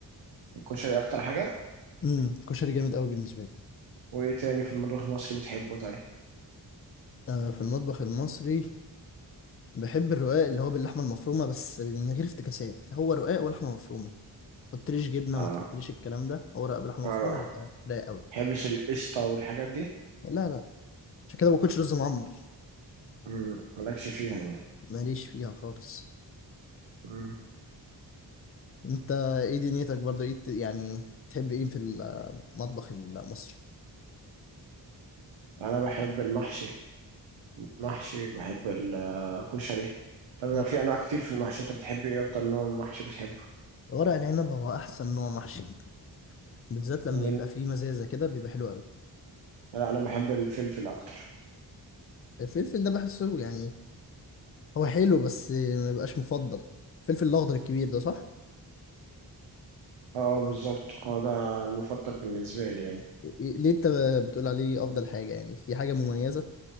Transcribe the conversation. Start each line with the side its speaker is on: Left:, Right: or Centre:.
Right: الكشري اكتر حاجه
Left: امم كشري جامد قوي بالنسبه لي
Right: وايه تاني في المطبخ المصري بتحبه طيب
Left: آه في المطبخ المصري بحب الرقاق اللي هو باللحمه المفرومه بس من غير افتكاسات هو رقاق ولحمه مفرومه ما تحطليش جبنه
Right: اه
Left: ما تحطليش الكلام ده هو رقاق بلحمه
Right: اه
Left: مفرومه
Right: ما
Left: يبقى رايق قوي
Right: بحبش القشطه والحاجات دي
Left: لا لا عشان كده ما باكلش رز معمر
Right: مم، مالكش فيها يعني
Left: ماليش فيها خالص
Right: مم.
Left: انت ايه دنيتك برضه ايه الت- يعني تحب ايه في المطبخ المصري
Right: انا بحب المحشي محشي بحب الكشري طب
Left: مم.
Right: في انواع كتير في المحشي انت بتحب ايه اكتر نوع محشي بتحبه
Left: ورق العنب هو احسن نوع محشي بالذات لما
Right: من-
Left: يبقى فيه مزازه كده بيبقى حلو قوي
Right: لا انا بحب الفلفل اكتر
Left: الفلفل ده بحسه يعني هو حلو بس ما يبقاش مفضل الفلفل الاخضر الكبير ده صح
Right: اه بالظبط هو ده المفضل بالنسبه لي يعني
Left: إيه- إيه، ليه انت بتقول عليه افضل حاجه يعني في حاجه مميزه